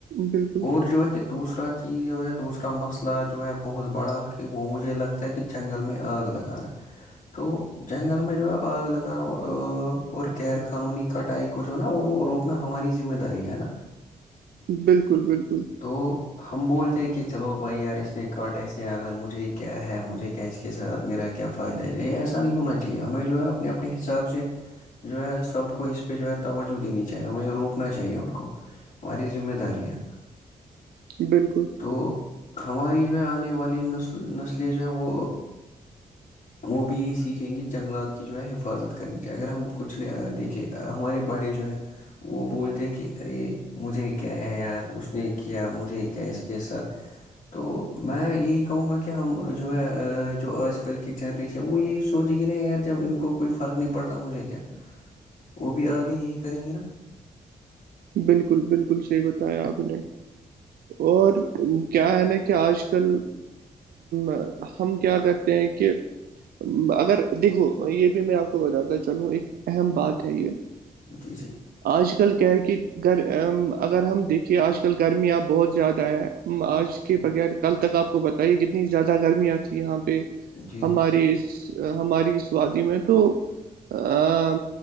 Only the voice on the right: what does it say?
بالکل
بالکل بالکل
بالکل
بالکل بالکل صحیح بتایا آپ نے اور کیا ہے نا کہ آج کل ا ہم کیا کرتے ہیں کہ اگر دیکھو یہ بھی میں آپ کو بتاتا چلوں ایک اہم بات ہے یہ
آج کل کیا ہے کہ گ اگر ہم دیکھیے آج کل گرمیاںب بہت زیادہ ہے آج کے
بغیر کل تک آپ کو بتائیے کتنی زیادہ گرمیاں تھی یہاں پہ
ہماری
ہماری س وادی میں تو ا